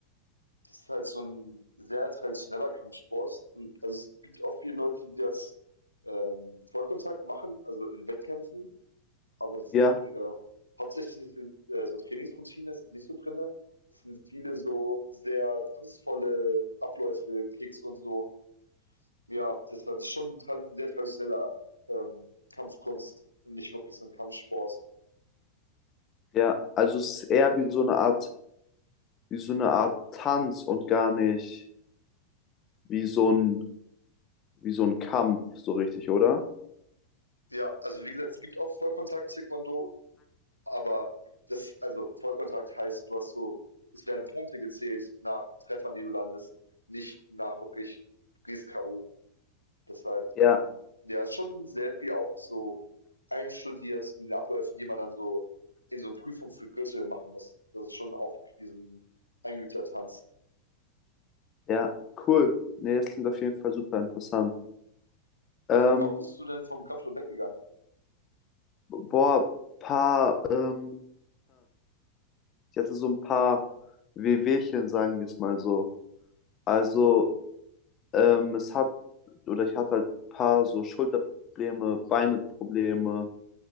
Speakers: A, on the left; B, on the left.
A: Das ist halt so ein sehr traditioneller Kampfsport und also, es gibt auch viele Leute, die das, ähm, Vollkontakt machen, also in Wettkämpfen, aber das
B: Ja,
A: ist in der hauptsächlichen, äh, so Trainingsroutine ist es nicht so drinne. Es sind viele so sehr kunstvolle Abläufe, Kicks und so. Ja, deshalb ist schon trad sehr traditioneller, ähm, Kampfkunst und nicht wirklich so ein Kampfsport.
B: ja, also es ist eher wie so eine Art, wie so eine Art Tanz und gar nicht wie so ein, wie so ein Kampf, so richtig, oder?
A: Ja, also wie gesagt, es gibt auch Vollkontakt-Taekwondo. Aber das also Vollkontakt heißt, du hast so es werden Punkte gezählt nach Treffern, die du landest, nicht nach wirklich, du gehst K.O. Deshalb,
B: Ja,
A: ähm, ja, ist schon sehr viel auch so einstudiert in den Abläufen, die man dann so in so Prüfungen für Gürtel machen muss. Das ist schon auch wirklich wie so ein Eingeübter-Tanz.
B: ja, cool. Nee, das klingt auf jeden Fall super interessant. Ähm,
A: So, warum bist du denn vom Kampfsport weggegangen?
B: boah, paar, ähm, Sie hatte so ein paar Wehwehchen, sagen wir es mal so. Also, ähm, es hat, oder ich hatte halt ein paar so Schulterprobleme, Beineprobleme,